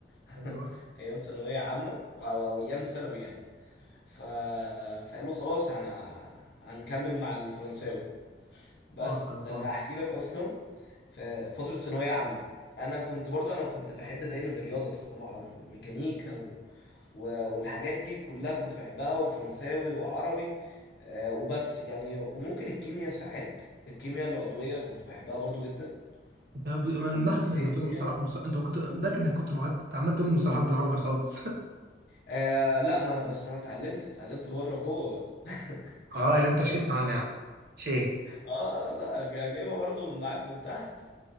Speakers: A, on the left; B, on the right.
A: <laughs>
B: ايوه
A: ايام ثانويه عامه او أو ايام ثانوي يعني ف... فقالوا خلاص ه- هنكمل مع الفرنساوي بس
B: وصلت
A: ده
B: وصلت
A: انا احكي لك اصلا في فتره ثانويه عامه انا كنت برضو انا كنت بحب دايما الرياضه طبعا والميكانيكا و- والحاجات دي كلها كنت بحبها وفرنساوي وعربي آه، وبس يعني وممكن الكيمياء ساعات الكيمياء العضوية كنت بحبها برضو جدا
B: انت ب... انا
A: والفيزياء
B: ملاحظ انك بتقول مصطلح مص... انت كنت متاكد انك كنت لغات انت عمال تقول مصطلحات بالعربي خالص
A: آه لا ما انا بس انا اتعلمت اتعلمت بره وجوه بقى <laughs>
B: <laughs> اه يعني انت شقيت معانا يعني شيء
A: اه لا جا- جايبها برضو من معاك من تحت